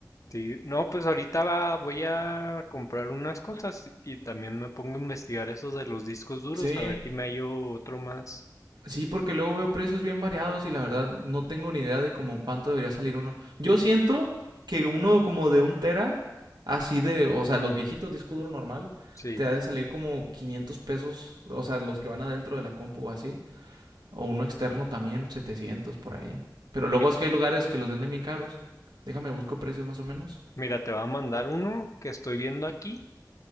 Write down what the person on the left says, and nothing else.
Sí, no, pues ahorita va- voy a comprar unas cosas y también me pongo a investigar esos de los discos duros,
a ver si me hallo otro más.
Sí,
mira.
Mira, te va a mandar uno que estoy viendo aquí.